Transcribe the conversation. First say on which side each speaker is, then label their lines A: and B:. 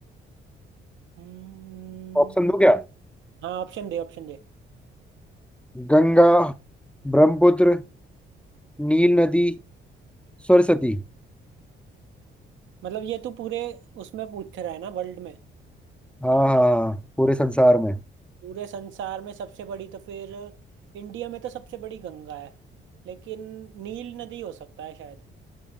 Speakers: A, on the right; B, in the centre.
A: हम्म
B: ऑप्शन दो क्या
A: हाँ ऑप्शन दे ऑप्शन दे
B: गंगा ब्रह्मपुत्र नील नदी सरस्वती
A: मतलब ये तू पूरे उसमें पूछ रहा है ना वर्ल्ड में
B: हाँ हाँ पूरे संसार में
A: पूरे संसार में सबसे बड़ी तो फिर इंडिया में तो सबसे बड़ी गंगा है लेकिन नील नदी हो सकता है शायद